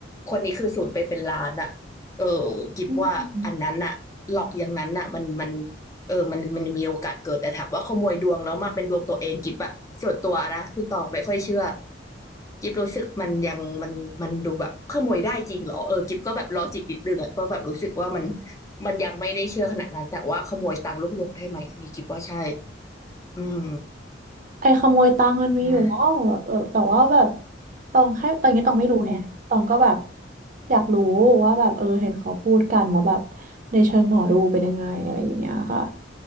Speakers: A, on the left (about 20°); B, on the right (about 45°).
A: คนนี้คือสูญไปนเป็นล้านน่ะเออกิบว่าอันนั้นน่ะหลอกอย่างนั้นน่ะมันมัน
B: อืม
A: เออมันมันมีโอกาสเกิดแต่ถามว่าขโมยดวงแล้วมาเป็นดวงตัวเองกิบอะส่วนตัวนะคุณตองไม่ค่อยเชื่อกิบรู้สึกมันยังมันมันดูแบบขโมยได้จริงเหรอเออกิบก็แบบลอจิกนิดนึงอะก็แบบรู้สึกว่ามันมันยังไม่ได้เชื่อขนาดนั้นแต่ว่าขโมยตังค์ลูกดวงได้ไหมอันนี้กิบว่าใช่อืม
B: ไอ้ขโมยตังค์มันมีอยู่แล้วแบบแต่ว่าแบบ
A: นะ
B: ตองแค่ตอนนี้ตองไม่รู้ไงตองก็แบบ
A: อืม
B: อยากรู้ว่าแบบเออเห็นเขาพูดกันแล้วแบบในเชิงหมอดูเป็นยังไงอะไรอย่างเงี้ยค่ะ